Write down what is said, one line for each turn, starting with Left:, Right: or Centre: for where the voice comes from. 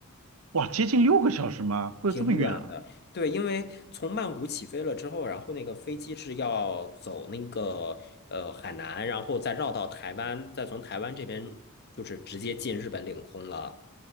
Right: 哇，接近六个小时吗？会有这么远啊？
Left: 挺远的，对，因为从曼谷起飞了之后，然后那个飞机是要走那个呃海南，然后再绕到台湾，再从台湾这边就是直接进日本领空了。